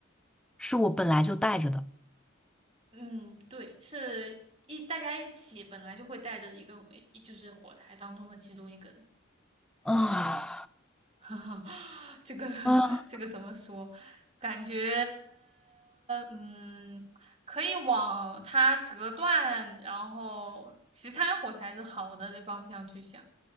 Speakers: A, in the centre; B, on the right.
A: 是我本来就带着的。
B: 嗯，对，是一大家一起本来就会带着一个，就是火柴当中的其中一根。
A: 啊、
B: <laughs> 这个
A: 啊，
B: 这个怎么说？感觉嗯，可以往它折断，然后其他火柴是好的这方向去想。